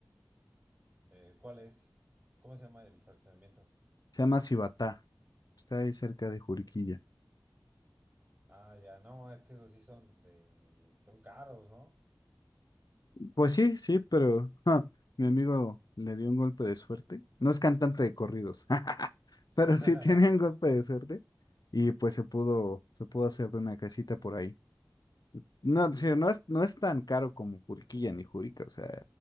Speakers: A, on the right; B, on the left.
A: Eh, ¿cuál es? ¿Cómo se llama el fraccionamiento?
B: Se llama Cibatá. Está ahí cerca de Juriquilla.
A: Ah, ya, no, es que esos sí son de, son caros, ¿no?
B: Pues sí, sí, pero ja, mi amigo le dio un golpe de suerte. No es cantante de corridos, <laughs>
A: <laughs>
B: pero sí tenía un golpe de suerte y pues se pudo, se pudo hacer de una casita por ahí. No, sí, no es, no es tan caro como Juriquilla ni Jurica, o sea,